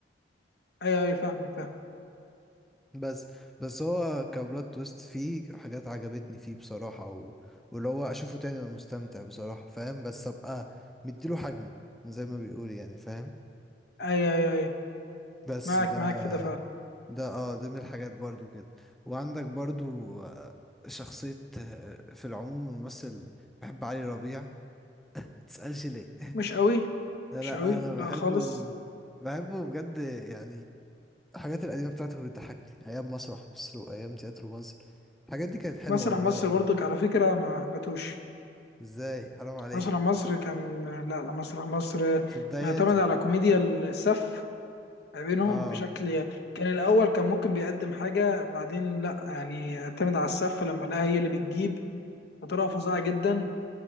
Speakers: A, on the left; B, in the centre.
A: ايوه ايوه فاهمك فاهم
B: بس بس هو كبلوت تويست فيه حاجات عجبتني فيه بصراحة و... واللي هو اشوفه تاني انا مستمتع بصراحة فاهم بس ابقى مديله حجمه زي ما بيقول يعني فاهم
A: ايوه ايوه ايوه
B: بس
A: معاك
B: ده
A: معاك في ده فعلا
B: ده اه ده من الحاجات برضو كده وعندك برضو آه، شخصية آه، في العموم الممثل بحب علي ربيع متسألش ليه <laughs>
A: مش قوي
B: لا
A: مش قوي
B: انا
A: لا
B: بحبه
A: خالص
B: بحبه بجد يعني الحاجات القديمه بتاعته بتضحكني ايام مسرح مصر وايام تياترو مصر الحاجات دي كانت حلوه
A: مسرح
B: والله
A: مصر
B: قوي
A: برضك على فكرة ما حبتوش
B: ازاي حرام عليه
A: مسرح مصر كان لا لا مسرح مصر
B: في بداياته
A: معتمد على كوميديا السف ما بينهم
B: اه
A: بشكل كان الأول كان ممكن بيقدم حاجة بعدين لا يعني اعتمد على السف لما لقاها هي اللي بتجيب بطريقة فظيعة جدا